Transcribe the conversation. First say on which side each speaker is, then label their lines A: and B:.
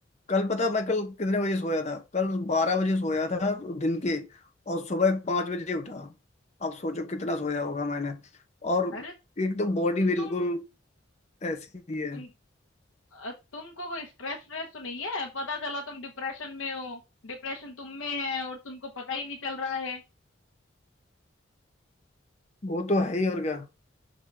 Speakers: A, on the left; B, on the left.
A: कल पता मैं कल कितने बजे सोया था कल बारह बजे सोया था दिन के और सुबह पाँच बजे उठा अब सोचो कितना सोया होगा मैंने और
B: अरे
A: एकदम बॉडी
B: तो
A: बिल्कुल
B: तुम
A: ऐसी ही है
B: तुम अ, तुमको कोई स्ट्रेस स्ट्रेस तो नहीं है पता चला तुम डिप्रेशन में हो डिप्रेशन तुम में है और तुमको पता ही नहीं चल रहा है
A: वो तो है ही और क्या